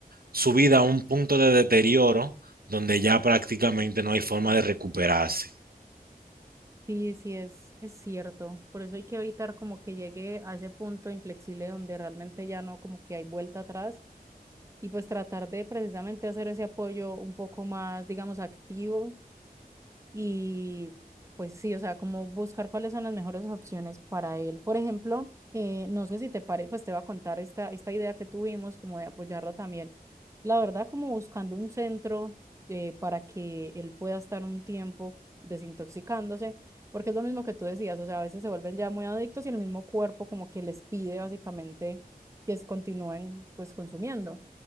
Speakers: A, on the right; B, on the right.
A: su vida a un punto de deterioro donde ya prácticamente no hay forma de recuperarse.
B: Sí, sí, es, es cierto. Por eso hay que evitar como que llegue a ese punto inflexible donde realmente ya no como que hay vuelta atrás y pues tratar de precisamente hacer ese apoyo un poco más, digamos, activo y pues sí, o sea, como buscar cuáles son las mejores opciones para él. Por ejemplo, eh, no sé si te parece, pues te voy a contar esta, esta idea que tuvimos como de apoyarlo también. La verdad, como buscando un centro eh, para que él pueda estar un tiempo desintoxicándose, porque es lo mismo que tú decías, o sea, a veces se vuelven ya muy adictos y el mismo cuerpo como que les pide básicamente que se continúen pues consumiendo.